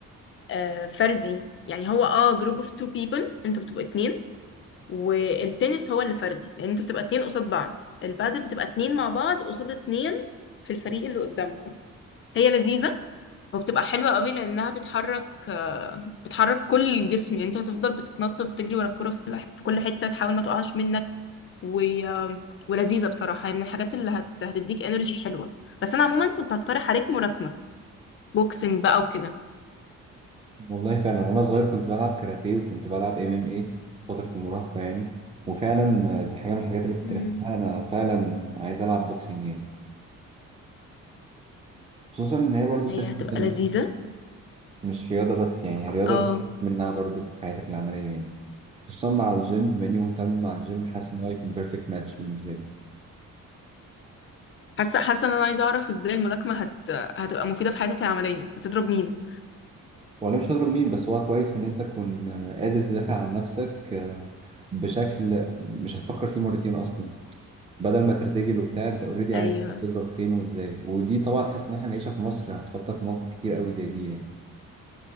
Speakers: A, on the left; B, on the right.
A: آه فردي يعني هو اه جروب اوف تو بيبل انتوا بتبقوا اتنين والتنس هو اللي فردي لان انت بتبقى اتنين قصاد بعض البادل بتبقى اتنين مع بعض قصاد اتنين في الفريق اللي قدامكم هي لذيذة وبتبقى حلوة قوي لانها بتحرك آه، بتحرك كل الجسم يعني انت هتفضل بتتنطط وتجري ورا الكرة في كل في كل حتة تحاول ما تقعش منك و... آه، ولذيذة بصراحة هي من الحاجات اللي هت... هتديك انرجي حلوة بس انا عموما كنت هقترح عليك ملاكمة بوكسنج بقى وكده
B: والله فعلا وانا صغير كنت بلعب كاراتيه وكنت بلعب ام ام اي فتره المراهقه يعني وفعلا آه، دي حاجه من الحاجات اللي كنت
A: مم.
B: ناسيها انا فعلا عايز العب بوكسنج يعني خصوصا ان هي برضه سيلف
A: هي هتبقى
B: ديفنس
A: لذيذة
B: مش رياضه بس يعني هي رياضه
A: اه
B: بتستفيد منها برضه في حياتك العمليه يعني خصوصا مع الجيم بما اني مهتم مع الجيم حاسس ان هو هيكون بيرفكت ماتش بالنسبه لي
A: حاسه حاسه ان انا عايزه اعرف ازاي الملاكمه هت... هتبقى مفيده في حياتك العمليه هتضرب مين
B: وانا مش هضرب مين بس هو كويس ان انت تكون آه، قادر تدافع عن نفسك آه، بشكل مش هتفكر فيه مرتين اصلا بدل ما ترتجل وبتاع انت اوريدي
A: ايوه
B: عارف انت بتضرب فين وازاي ودي طبعا حاسس ان احنا العيشه في مصر هتحطك مواقف كتير قوي زي دي يعني